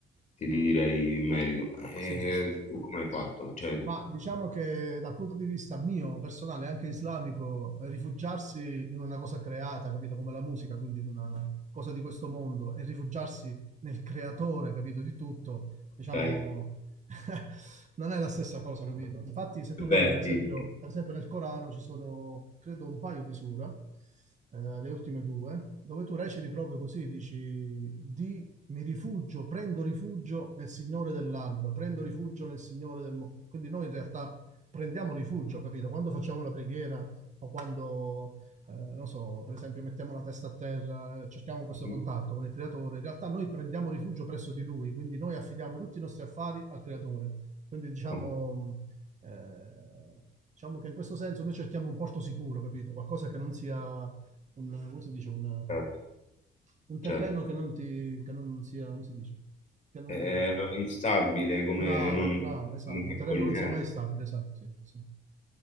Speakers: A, on the left (about 40°); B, on the right (about 35°).
A: ti direi in merito. E
B: sì.
A: tu come hai fatto? Cioè,
B: Ma diciamo che dal punto di vista mio, personale, anche islamico, rifugiarsi in una cosa creata, capito, come la musica, quindi in una cosa di questo mondo, e rifugiarsi nel creatore, capito, di tutto, diciamo,
A: dai,
B: <laughs> non è la stessa cosa, capito? Infatti, se tu
A: beh,
B: vedi, per esempio,
A: sì, sì,
B: per esempio nel Corano ci sono, credo, un paio di sura, eh, le ultime due, dove tu reciti proprio così, dici, di mi rifugio, prendo rifugio nel Signore dell'alba, prendo rifugio nel Signore del mondo. Quindi noi in realtà prendiamo rifugio, capito? Quando facciamo la preghiera o quando, eh, non so, per esempio mettiamo la testa a terra, eh, cerchiamo questo
A: sì.
B: contatto con il creatore, in realtà noi prendiamo rifugio presso di lui, quindi noi affidiamo tutti i nostri affari al creatore. Quindi diciamo,
A: Oh,
B: eh, diciamo che in questo senso noi cerchiamo un porto sicuro, capito? Qualcosa che non sia un, come si dice, un,
A: certo,
B: un
A: certo.
B: terreno che non ti, che non sia, come si dice, che non,
A: È instabile, come
B: bravo,
A: non,
B: bravo, esatto,
A: non è
B: un
A: accogliente.
B: terreno che non sia mai stabile, esatto, sì, sì.